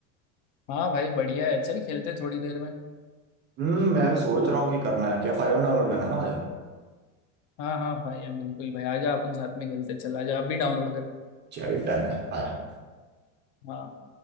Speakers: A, on the left; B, on the right.
A: हाँ भाई बढ़िया है चल खेलते हैं थोड़ी देर में
B: हम्म मैं सोच रहा हूँ कि करना है क्या फाइव डाउनलोड करना है ना मुझे
A: हाँ हाँ भाई हम बिल्कुल भाई आजा अपन साथ में खेलते हैं। चल आजा आप भी डाउनलोड कर
B: चल डन है आया
A: हाँ